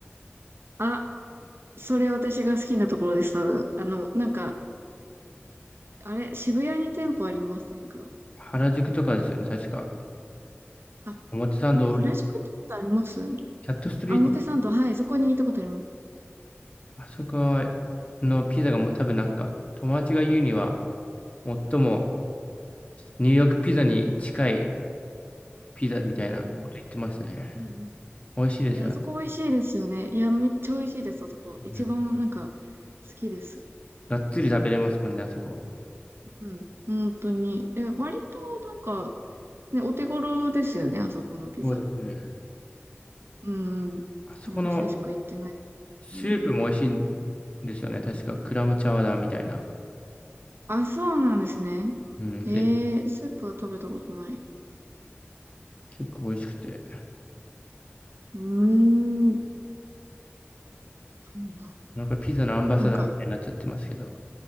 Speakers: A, on the right; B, on the left.
A: あ、それ私が好きなところです、多分。あの、なんか、あれ、渋谷に店舗ありませんか
B: 原宿とかですよね、確か。
A: あ、あ
B: 表参道、
A: れ、原宿ってことあります
B: キャットストリート、
A: あ、表参道、はい、そこに行ったことあります。
B: あそこはのピザがもう多分なんか、友達が言うには、最も
A: はい。
B: ニューヨークピザに近いピザみたいなこと言ってましたね。
A: おー、うんうんうん。い
B: 美味しいですよ。
A: や、あそこ美味しいですよね。いや、めっちゃ美味しいです、あそこ。一番、
B: うん
A: なんか、好きです。
B: がっつり食べれますもんね、あそこ。
A: うん、本当に。で、割と、なんか、ね、お手頃ですよね、あそこのピザ。
B: そうですね。
A: うんうん。
B: あそこの
A: いや、久しく行ってない。
B: スープも美味しいん
A: うん。
B: ですよね。確かクラムチャウダーみたいな。
A: あ、そうなんですね。
B: うん、ぜ
A: えー、スープは食べたことない。
B: ひ、結構美味しくて。
A: うーん、そんな。
B: なんかピザのアンバサダーみたいになっちゃってますけど、
A: なんか、